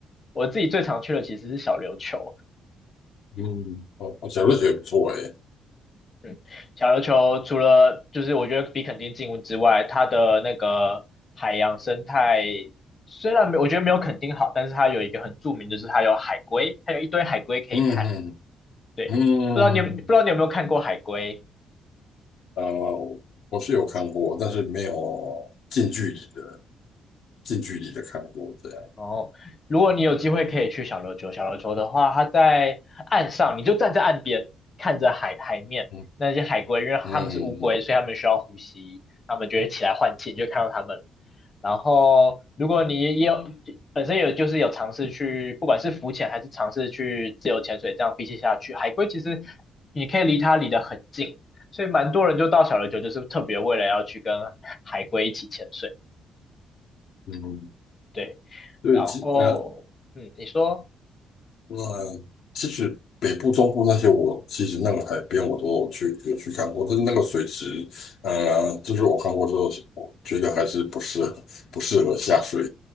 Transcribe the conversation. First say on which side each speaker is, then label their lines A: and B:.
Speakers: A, on the left (about 35°); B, on the left (about 70°).
A: 我自己最常去的其实是小琉球。
B: 嗯，哦，哦小瑞雪也不错，哎，
A: 嗯，小琉球除了就是我觉得比垦丁近之外，它的那个海洋生态虽然没我觉得没有垦丁好，但是它有一个很著名，就是它有海龟，它有一堆海龟可以看。
B: 嗯
A: 对，
B: 嗯嗯，
A: 不知道你有不知道你有没有看过海龟？
B: 呃，嗯哦我是有看过，但是没有近距离的。近距离的看过这样，
A: 哦，如果你有机会可以去小琉球，小琉球的话，它在岸上，你就站在岸边看着海海面那些海龟，
B: 嗯
A: 因为它们是乌龟，
B: 嗯嗯
A: 所以它们需要呼吸，它们就会起来换气，你就看到它们了。然后，如果你也有本身有就是有尝试去，不管是浮潜还是尝试去自由潜水，这样比起下去，海龟其实你可以离它离得很近，所以蛮多人就到小琉球，就是特别为了要去跟海龟一起潜水。
B: 嗯，
A: 对，
B: 对，
A: 然后嗯，
B: 其，呃
A: 你说
B: 呃，其实北部、中部那些，我其实那个海边我都有去有去看过，但是那个水池，呃，就是我看过之后，我觉得还是不适合不适合下水。